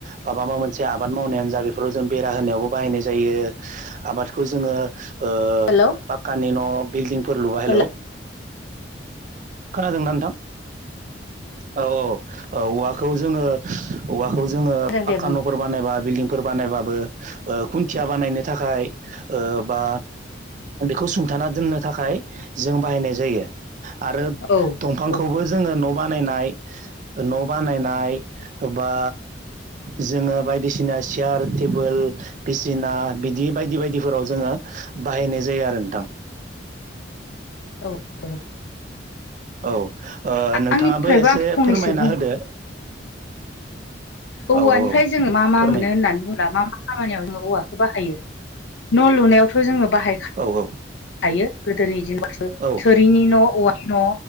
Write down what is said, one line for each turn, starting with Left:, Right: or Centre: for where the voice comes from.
Right: बा माबा मोनसे आबाद मावनायानोजा बेफ फोराव जों बेरा होनायावबो बाहायनाय जायो। आबादखौ जोङो ओह
Left: हेल'
Right: पाक्कानि न बिल्डिंफोर लुवा हेलौ
Left: हेल'
Right: खोनादों ना नोंथां? औ औ औ औवाखौ जोङो औवाखौ जोङो पाक्का
Left: दे बुं
Right: न फोर बानायबा बिल्डिं बानायबाबो ओह खुन्थिया बानायनो थाखाय ओ बा बेखौ सुंथाना दोननोथाखाय जों बाहायनाय जायो। आरो
Left: औ
Right: दंफांखौबो
Left: औ
Right: जोङो न बानायनाय। न बानायनाय बा जोङो बायदिसिनास सेयार टेबोल बिसिना बिदि बायदि बायदिफोराव जोङो बाहायनाय जायो आरो नोंथां।
Left: औ औ।
Right: औ ओह नोंथाङाबो
Left: आंनिफ्रायबो
Right: एसे
Left: आं फंनैसो
Right: फोरमायना होदो।
Left: औवानिफाय
Right: औ औ
Left: जोङो मा मा
Right: फोरमायदो
Left: मोनो होननानै बुङोब्ला मा मा खामानियाव जोङो औवाख बाहायो न लुनायावथ जोङो बाहाय खा
Right: औ औ
Left: यो गोदोनि दिनाव। <unintelligible>
Right: औ
Left: थोरिनि न औवानि न